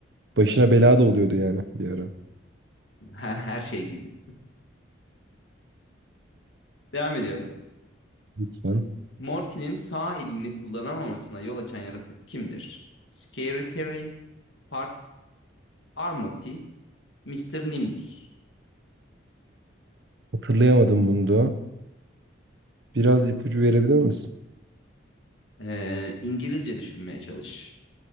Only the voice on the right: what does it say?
Başına bela da oluyordu yani bir ara.
Lütfen.
Hatırlayamadım bunu da. Biraz ipucu verebilir misin?